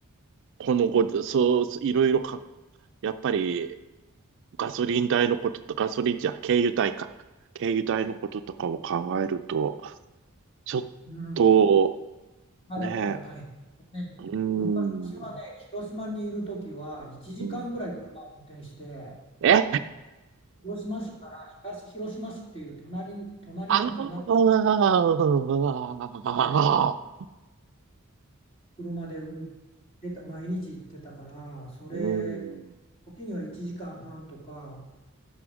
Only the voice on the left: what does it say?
うん、今だったら大変
ね。
昔はね、広島にいるときは1時間ぐらい車を運転して、
広島市から東広島市っていう隣、隣の隣
で車で運転してた、毎日行ってたから、それ、
時には1時間半とか、